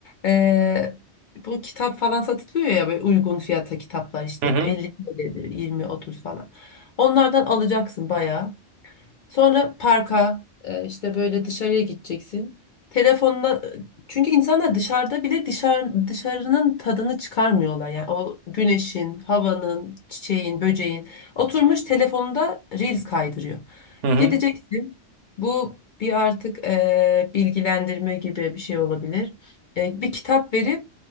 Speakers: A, on the left; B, on the right.
A: e, bu kitap falan satılıyor ya böyle uygun fiyata kitaplar işte
B: Hı hı.
A: 50 TL'dir 20-30 falan. Onlardan alacaksın bayağı. Sonra parka e, işte böyle dışarıya gideceksin. Telefonla çünkü insanlar dışarıda bile dışarı, dışarının tadını çıkarmıyorlar. Yani o güneşin, havanın, çiçeğin, böceğin. Oturmuş telefonunda reels kaydırıyor.
B: Hı hı.
A: Gideceksin. Bu bir artık e, bilgilendirme gibi bir şey olabilir. E, bir kitap verip